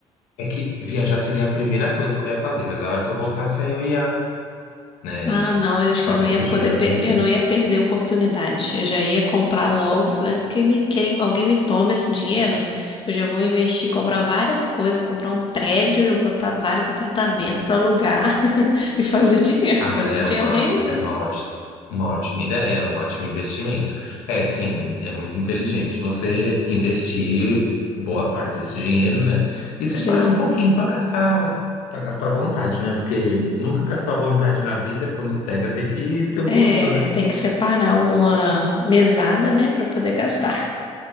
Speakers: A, on the left; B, on the left.
A: É que viajar seria a primeira coisa que eu ia fazer, mas a hora que eu voltasse, aí eu ia, né,
B: Ah, não, eu acho
A: fazer
B: que eu não ia
A: esse
B: poder,
A: dinheiro
B: pe-
A: render.
B: eu não ia perder a oportunidade. Eu já ia comprar logo, falei, antes que me querem, alguém me tome esse dinheiro, eu já vou investir, comprar várias coisas, comprar um prédio, eu botar vários apartamentos para alugar <laughs> e fazer dinheiro,
A: Ah,
B: <laughs>
A: mas
B: fazer
A: é
B: o dinheiro
A: uma,
B: render.
A: é uma ótima, uma ótima ideia, é um ótimo investimento. É, sim, é muito inteligente você investir boa parte desse dinheiro, né, e separar
B: Sim.
A: um pouquinho para gastar, para gastar à vontade, né, porque nunca gastou à vontade na vida, quando pega tem que ter o
B: É,
A: gosto, né.
B: tem que separar uma mesada, né, para poder gastar.